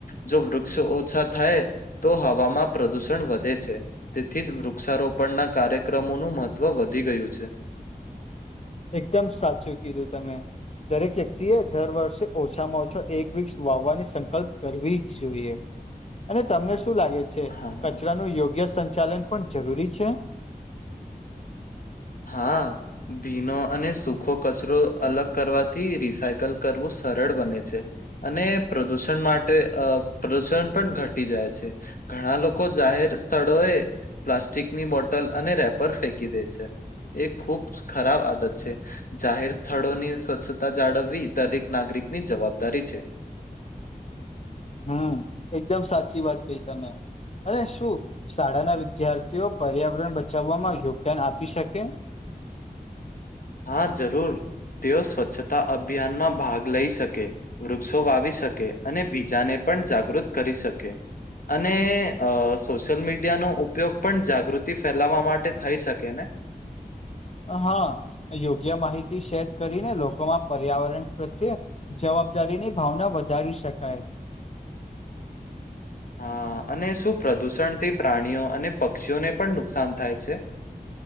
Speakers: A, on the left; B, on the left.
A: જો વૃક્ષ ઓછા થાય. તો હવામાં પ્રદુષણ વધે છે, તેથી જ વૃક્ષારોપણ. પણના કાર્યક્રમોનું મહત્વ વધી ગયું છે.
B: એકદમ સાચું કીધું તમે. દરેક વ્યક્તિએ દર વર્ષે ઓછામાં ઓછો એક વીર્ક્સ વાવવાની સંકલ્પ કરવી જ જોઈએ. અને તમને શું લાગે છે,
A: હા.
B: કચરાનું યોગ્ય સંચાલન પણ જરૂરી છે.
A: હા. ભીનો અને સુખો કચરો અલગ કરવાથી રિસાયકલ કરવું સરળ બને છે. અને પ્રદુષણ માટે અ પ્રદુષણ પણ ઘટી જાય છે. ઘણા લોકો જાહેર સ્થળો એ પ્લાસ્ટિકની બોટલ અને રેપર ફેંકી દે છે. એ ખુબ ખરાબ આદત છે. જાહેર સ્થળોની સ્વચ્છતા જાળવવી દરેક નાગરિકની જવાબદારી છે.
B: હું એકદમ સાચી વાત કંઈ તમે, અને શું શાળાના વિદ્યાર્થીઓ પર્યાવરણ બચાવવામાં યોગદાન આપી શકે.
A: હા, જરૂર તેઓ સ્વચ્છતા અભિયાનમાં ભાગ લઈ શકે. વૃક્ષો વાવી શકે અને બીજાને પણ જાગૃત કરી શકે. અને સોશિયલ મીડિયાનો ઉપયોગ પણ જાગૃતિ ફેલાવા માટે થઈ શકે ને.
B: હા યોગ્ય માહિતી શેર કરીને લોકોમાં પર્યાવરણ પ્રત્યે, જવાબદારી ની ભાવના વધારી શકાય.
A: હા અને શું પ્રદુષણ થી પ્રાણીઓ અને પક્ષીઓને પણ નુકસાન થાય છે.